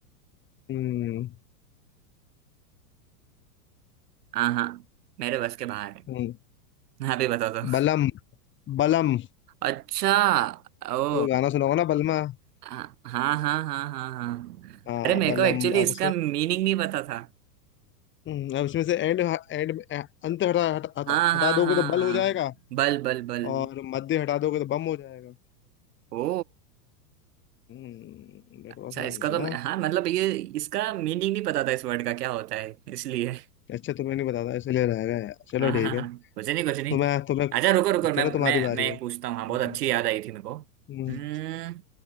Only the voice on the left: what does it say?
हम्म
हम्म,
बलम बलम
वो गाना सुना होगा ना बलमा
हाँ
बलम
अब उसमें
हम्म, अब इसमें से एंड एंड अंत हटा हटा हटा
हटा दोगे
तो बल
हो जाएगा
और मध्य हटा दोगे तो बम हो जाएगा
हम्म दैट
वाज नाइस
है
अच्छा तुम्हें नहीं बताता इसलिए रह गया यार चलो
ठीक
है
तुम्हें तुम्हें
चलो तुम्हारी
बारी
है हम्म,
हम्म,